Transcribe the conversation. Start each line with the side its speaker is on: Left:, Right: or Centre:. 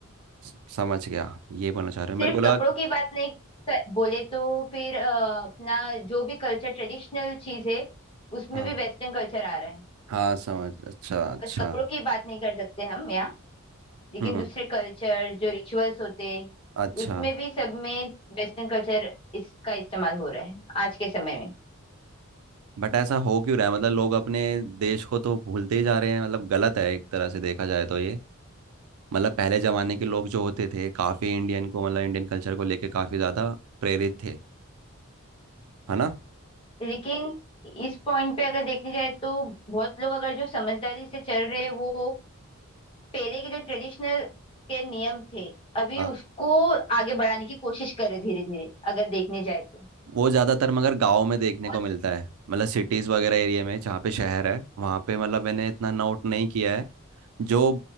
Right: स- समझ गया ये बोलना चाह रहे हो
Left: सिर्फ
Right: मेरे को लगा
Left: कपड़ों की बात नहीं क- बोले तो फिर अ, अपना जो भी कल्चर ट्रेडिशनल चीज है उसमें
Right: हाँ
Left: भी वेस्टर्न कल्चर आ रहा है
Right: हाँ समझ अच्छा अच्छा
Left: बस कपड़ों की बात नहीं कर सकते हम यहाँ लेकिन
Right: हम्म
Left: दूसरे कल्चर जो रिचुअल्स होते
Right: अच्छा
Left: उसमें भी सब में वेस्टर्न कल्चर इसका इस्तेमाल हो रहा है आज के समय में
Right: बट ऐसा हो क्यों रहा है मतलब लोग अपने देश को तो भूलते ही जा रहे हैं मतलब गलत है एक तरह से देखा जाए तो ये मतलब पहले जमाने के लोग जो होते थे काफी इंडियन को मतलब इंडियन कल्चर को लेके काफी ज्यादा प्रेरित थे है ना
Left: लेकिन इस पॉइंट पे अगर देखने जाए तो बहुत लोग अगर जो समझदारी से चल रहे हैं वो पहले के जो ट्रेडिशनल के नियम थे अभी
Right: हाँ
Left: उसको आगे बढ़ाने की कोशिश करे धीरे धीरे अगर देखने जाए तो
Right: वो ज्यादातर मगर गाँव में देखने
Left: बहुत
Right: को मिलता है मतलब सिटीज वगैरह एरिया में जहाँ पे शहर है वहाँ पे मतलब मैंने इतना नोट नहीं किया है जो